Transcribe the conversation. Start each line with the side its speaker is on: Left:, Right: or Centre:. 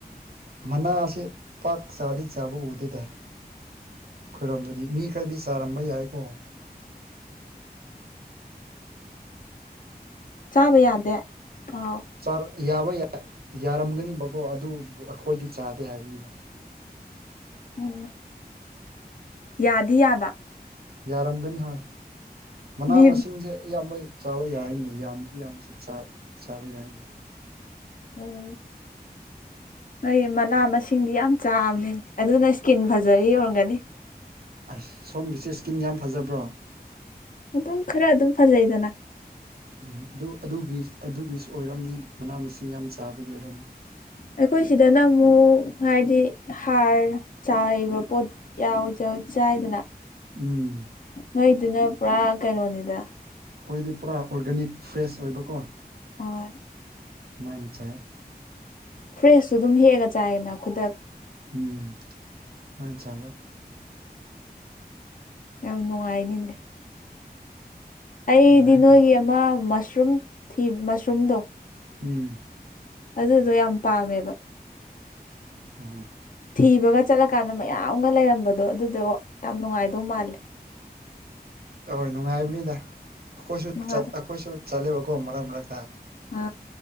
Right: ꯃꯅꯥꯁꯦ ꯄꯥꯛ ꯆꯥꯗꯤ ꯆꯥꯕ ꯎꯗꯦꯗ ꯈꯣꯏꯔꯣꯝꯗꯗꯤ ꯃꯤ ꯈꯔꯗꯤ ꯆꯥꯔꯝꯕ ꯌꯥꯏꯀꯣ
Left: ꯆꯥꯕ ꯌꯥꯗꯦ ꯑꯥꯎ
Right: ꯆꯔꯥ ꯌꯥꯕ ꯌꯥꯏ ꯌꯥꯔꯝꯒꯅꯤꯕꯀꯣ ꯑꯗꯨꯕꯨ ꯑꯩꯈꯣꯏꯗꯤ ꯆꯥꯗꯦ ꯍꯥꯏꯕꯅꯤꯅꯦ
Left: ꯎꯝ ꯌꯥꯗꯤ ꯌꯥꯕ
Right: ꯌꯥꯔꯝꯒꯅꯤ ꯍꯣꯏ ꯃꯅꯥ
Left: ꯃꯤ
Right: ꯃꯁꯤꯡꯁꯦ ꯏꯌꯥꯝꯕꯩ ꯆꯥꯕ ꯌꯥꯔꯤꯅꯤ ꯌꯥꯝꯕ ꯏꯌꯥꯝꯕꯁꯤ ꯆꯥ ꯆꯥꯕꯥ ꯌꯥꯏꯅꯤ
Left: ꯎꯝ ꯍꯣꯏ ꯃꯅꯥ ꯃꯁꯤꯡꯗꯤ ꯌꯥꯝ ꯆꯥꯕꯅꯦ ꯑꯗꯨꯅ ꯏꯁꯀꯤꯟ ꯐꯖꯔꯤ ꯑꯣꯏꯔꯝꯒꯅꯤ
Right: ꯑꯁ ꯁꯣꯝꯒꯤꯁꯦ ꯏꯁꯀꯤꯟ ꯌꯥꯝ ꯐꯖꯕ꯭ꯔꯣ
Left: ꯑꯗꯨꯝ ꯈꯔ ꯑꯗꯨꯝ ꯐꯖꯩꯗꯅ
Right: ꯎꯝ ꯑꯗꯨ ꯑꯗꯨꯒꯤ ꯑꯗꯨꯒꯤꯁꯨ ꯑꯣꯏꯔꯝꯅꯤ ꯃꯅꯥ ꯃꯁꯤꯡ ꯌꯥꯝ ꯆꯥꯕꯒꯤ ꯑꯣꯏꯔꯝꯅꯤ
Left: ꯑꯩꯈꯣꯏ ꯁꯤꯗꯅ ꯑꯃꯨꯛ ꯍꯥꯏꯗꯤ ꯍꯥꯔ ꯆꯥꯏꯕ ꯄꯣꯠ__ ꯌꯥꯎꯖ ꯆꯥꯏꯗꯅ
Right: ꯎꯝ
Left: ꯅꯣꯏꯗꯨꯅ ꯄꯨꯔꯥ ꯀꯩꯅꯣꯅꯤꯗ
Right: ꯑꯩꯈꯣꯏꯗꯤ ꯄꯨꯔꯥ ꯑꯣꯔꯒꯥꯅꯤꯛ ꯐ꯭ꯔꯦꯁ ꯑꯣꯏꯕꯀꯣ
Left: ꯍꯣꯏ
Right: ꯃꯥꯏꯅ ꯆꯥꯏ
Left: ꯐ꯭ꯔꯦꯁꯁꯨꯨ ꯑꯗꯨꯝ ꯍꯦꯛꯑꯒ ꯆꯥꯏꯌꯦꯅ ꯈꯨꯗꯛ__
Right: ꯎꯝ ꯑꯥ ꯆꯕ
Left: ꯌꯥꯝ ꯅꯨꯡꯉꯥꯏꯅꯤꯅꯦ ꯑꯩꯗꯤ
Right: ꯅꯨꯡꯉꯥꯏ
Left: ꯅꯣꯏꯒꯤ
Right: ꯍꯣꯏ
Left: ꯑꯃ ꯃꯁꯔꯨꯝ ꯊꯤ ꯃꯁꯔꯨꯝꯗꯣ
Right: ꯎꯝ
Left: ꯑꯗꯨꯗꯣ ꯌꯥꯝ ꯄꯥꯝꯃꯦꯕ
Right: ꯑꯣ
Left: ꯊꯤꯕꯒ ꯆꯠꯂꯀꯥꯟꯗ ꯃꯌꯥꯝꯒ ꯂꯩꯔꯝꯕꯗꯣ ꯑꯗꯨꯗꯣ ꯋꯥ ꯌꯥꯝ ꯅꯨꯡꯉꯥꯏꯗꯧ ꯃꯥꯜꯂꯦ
Right: ꯑꯣꯏ ꯅꯨꯡꯉꯥꯏꯕꯅꯤꯗ ꯑꯩꯈꯣꯏꯁꯨ
Left: ꯅꯨꯡꯉꯥꯏ
Right: ꯆꯠ ꯑꯩꯈꯣꯏꯁꯨ ꯆꯠꯂꯦꯕꯀꯣ ꯃꯔꯛ ꯃꯔꯛꯇ__
Left: ꯑ